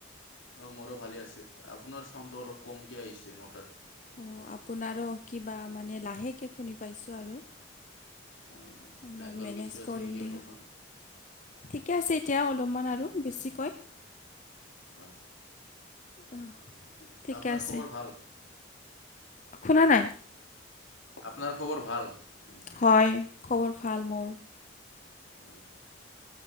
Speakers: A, on the left; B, on the left.
A: অ মোৰো ভালে আছে আপোনাৰ চাউণ্ডটো অলপ কমকে আহিছে মোৰ তাত
B: অঁ আপোনাৰো কিবা মানে লাহেকৈ শুনি পাইছোঁ আৰু
A: হয়
B: মই
A: নেটৱৰ্ক
B: মেনেজ
A: ইছ্যু আছে
B: কৰিম
A: নেকি
B: দিয়া
A: অলপমান
B: ঠিকে আছে এতিয়া অলপমান আৰু বেছিকৈ
A: হয়
B: অ ঠিকে
A: আপোনাৰ
B: আছে
A: খবৰ ভাল
B: শুনা নাই
A: আপোনাৰ খবৰ ভাল নেকি
B: হয় খবৰ ভাল মোৰ
A: হয়